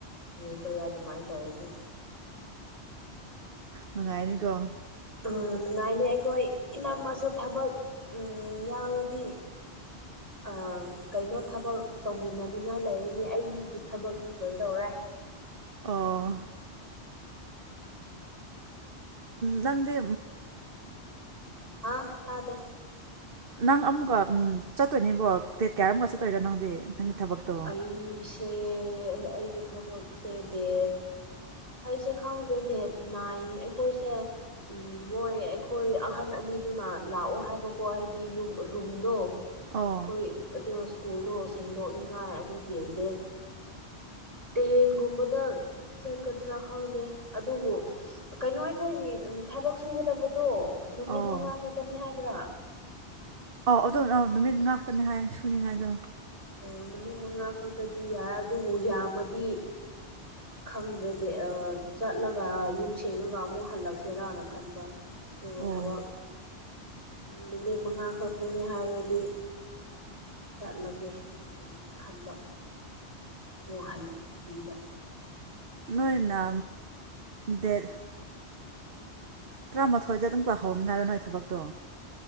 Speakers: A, on the right; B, on the right.
A: ꯌꯦꯡꯕ ꯌꯥꯏ ꯑꯗꯨꯃꯥꯏꯅ ꯇꯧꯔꯗꯤ
B: ꯅꯨꯡꯉꯥꯏꯅꯤꯀꯣ
A: ꯅꯨꯡꯉꯥꯏꯅꯤ ꯑꯩꯈꯣꯏ ꯏꯅꯥꯝꯃꯁꯨ ꯊꯕꯛ ꯌꯥꯎꯔꯗꯤ ꯑ ꯀꯩꯅꯣ ꯊꯕꯛ ꯇꯧꯃꯤꯟꯅꯅꯤꯡꯉꯥꯏ ꯂꯩꯔꯤꯅꯤ ꯑꯩꯒꯤ ꯊꯕꯛꯇꯗꯤꯤ ꯂꯣꯏꯗꯧꯔꯦ <unintelligible>
B: ꯑꯣ ꯅꯪꯗꯤ
A: ꯍꯥꯥ ꯇꯥꯗꯦ
B: ꯅꯪ ꯑꯃꯨꯛꯀ ꯆꯠꯇꯣꯏꯅꯦꯕꯣ ꯗꯦꯠ ꯀꯌꯥꯔ ꯑꯃꯒ ꯆꯠꯇꯣꯏꯅꯣ ꯅꯪꯗꯤ ꯅꯪꯒꯤ ꯊꯕꯛꯇꯣ
A: ꯑꯩꯁꯦ ꯑꯩꯒꯤ ꯊꯕꯛꯁꯦ ꯗꯦꯠ ꯑꯩꯁꯦ ꯈꯪꯗ꯭ꯔꯦ ꯗꯦꯠ ꯅꯥꯏꯟ ꯑꯩꯈꯣꯏꯁꯦ ꯎ ꯃꯣꯏ ꯑꯩꯈꯣꯏ ꯑꯍꯟ ꯃꯤꯗꯨꯅ ꯂꯥꯛꯑꯣ ꯍꯥꯏꯕꯀꯣ ꯍꯥꯏꯗꯤ ꯌꯨꯝ ꯔꯨꯝꯗꯣ
B: ꯑꯣ
A: ꯑꯩꯈꯣꯏ ꯑꯗꯨ ꯁ꯭ꯀꯨꯜꯗꯣ ꯁꯦꯡꯗꯣꯛꯅꯤꯉꯥꯏ ꯑꯗꯨꯒꯤ ꯗꯦꯠ ꯇꯦꯟꯒꯨꯝꯕꯗ ꯆꯠꯀꯗ꯭ꯔꯥ ꯈꯪꯗꯦ ꯑꯗꯨꯕꯨ ꯀꯩꯅꯣ ꯑꯩꯈꯣꯏꯒꯤ ꯊꯕꯛ ꯁꯨꯒꯗꯕꯗꯣ ꯅꯨꯃꯤꯠ
B: ꯑꯣ
A: ꯃꯉꯥ ꯈꯛꯇꯅꯤ ꯍꯥꯏꯕ꯭ꯔꯥ <unintelligible>
B: ꯑꯗꯣꯝꯅ ꯅꯨꯃꯤꯠ ꯉꯥꯛꯇꯅꯦ ꯍꯥꯏ ꯁꯨꯅꯤꯉꯥꯏꯗꯣ
A: ꯑꯣ ꯅꯨꯃꯤꯠ ꯃꯉꯥ ꯈꯛꯇꯗꯤ ꯌꯥꯏ ꯑꯗꯨꯕꯨ ꯌꯥꯝꯃꯗꯤ ꯈꯪꯗ꯭ꯔꯦꯗꯤ ꯆꯠꯂꯒ ꯌꯨꯝ ꯁꯦꯡꯉꯒ ꯑꯃꯨꯛ ꯍꯜꯂꯛꯁꯦꯔꯅ ꯈꯟꯕ ꯑꯗꯨ
B: ꯑꯣ
A: ꯊꯕꯛ ꯅꯨꯃꯤꯠ ꯃꯉꯥꯈꯛꯛꯇꯅꯦ ꯍꯥꯏꯔꯗꯤ ꯆꯠꯂꯒꯦ ꯑꯗꯨꯝ ꯈꯟꯕ ꯃ ꯍꯥꯜꯂꯞ ꯌꯗ
B: ꯅꯅ ꯗꯠ ꯇꯔꯥꯃꯥꯊꯣꯏꯗ ꯑꯗꯨꯝ ꯀꯍꯧꯅꯤ ꯉꯥꯏꯔꯣ ꯅꯣꯏ ꯊꯕꯛꯇꯣ